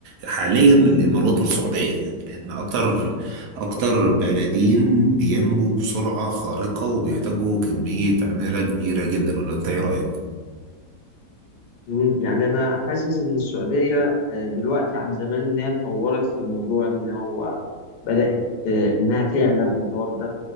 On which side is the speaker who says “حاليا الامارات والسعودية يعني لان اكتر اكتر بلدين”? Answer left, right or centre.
Right